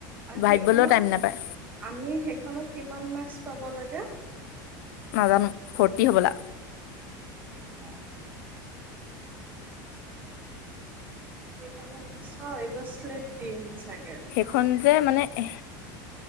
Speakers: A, on the right; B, on the left.
A: আৰু
B: ভাৱিবলৈ
A: সেইখনত
B: বলৈও টাইম নাপায়।
A: আমি সেইখনত কিমান মাৰ্ক্স পাব লাগে?
B: নাজানো, ফৰ্তি হ'বলা।
A: অঁ সেইকাৰণে মই চাও এইবাৰ শ্লপ দিম চাগে।
B: এ খন যে মানে এ